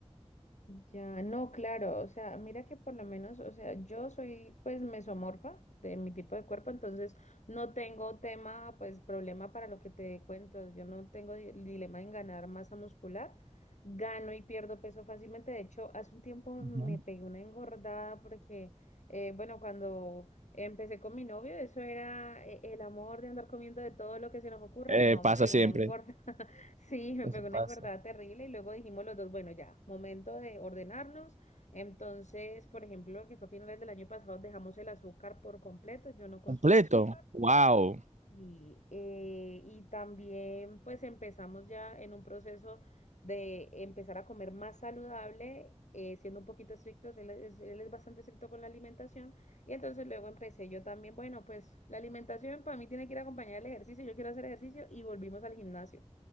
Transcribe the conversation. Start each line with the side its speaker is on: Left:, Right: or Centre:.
Left: Ya, no, claro, o sea, mira que por lo menos, o sea, yo soy pues mesomorfa de mi tipo de cuerpo, entonces no tengo tema, pues problema para lo que te cuento, yo no tengo di- dilema en ganar masa muscular, gano y pierdo peso fácilmente, de hecho, hace un tiempo me
Right: Ujú.
Left: pegué una engordada porque, eh, bueno, cuando empecé con mi novio, eso era eh, el amor de andar comiendo de todo lo que se nos ocurra
Right: Eh,
Left: y no, me
Right: pasa
Left: pegué
Right: siempre.
Left: una engorda. Sí, me
Right: Eso
Left: pegó una
Right: pasa.
Left: engordada terrible y luego dijimos los dos, bueno, ya, momento de ordenarnos. Entonces, por ejemplo, que fue a finales del año pasado, dejamos el azúcar por completo, yo no consumo
Right: Completo.
Left: azúcar.
Right: Wow.
Left: Y, eh, y también pues empezamos ya en un proceso de empezar a comer más saludable, eh, siendo un poquito estrictos, él es, él es bastante estricto con la alimentación. Y entonces luego empecé yo también, bueno, pues la alimentación para mí tiene que ir acompañada del ejercicio, yo quiero hacer ejercicio y volvimos al gimnasio.